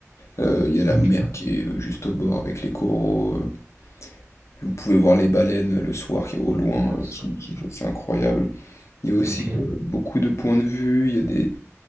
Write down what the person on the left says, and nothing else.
Heu, il y a la
mer qui est, heu, juste au bord avec les coraux, heu, vous pouvez voir les baleines, heu, le soir qui au loin,
heu,
qui
qui
c'est incroyable. Il y a aussi,
heu, beaucoup de points de vue, il y a des